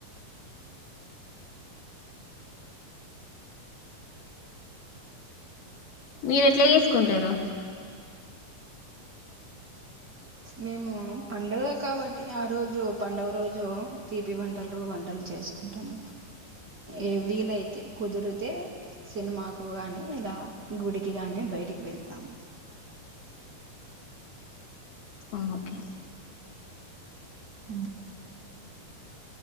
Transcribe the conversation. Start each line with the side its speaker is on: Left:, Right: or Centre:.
Left: మీరేట్ల చేస్కుంటరు
Right: మేము పండుగ కాబట్టి ఆ రోజు పండుగ రోజు తీపి వంటలు వంటలు చేస్కుంటమ్ ఏ వీలైతే కుదిరితే సినిమాకు గాని ఇలా గుడికి గాని బయటికి వెళ్తామ్
Left: ఓకె
Right: అ